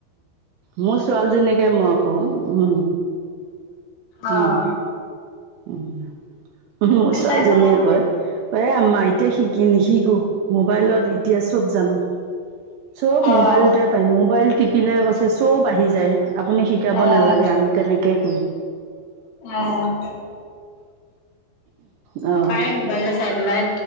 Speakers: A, on the right; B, on the left.
A: মোৰ ছোৱালীজনীকে মই কৱাও। উম।
B: অ',
A: উম, উহু! মোৰ
B: আচাৰ
A: ছোৱালীজনীয়ে
B: বনাই নে?
A: কয়। এ আম্মা এতিয়া শিকি নিশিকো। মোবাইলত এতিয়া চব জানো। চব
B: অ',
A: মোবাইলতে পাই। মোবাইল টিপিলে কৈছে চব আহি যায়। আপুনি শিক শিকাব
B: অ',
A: নালাগে, আমি তেনেকে কইম।
B: অ'
A: অহ
B: পাই মোবাইলত চাই পেলাই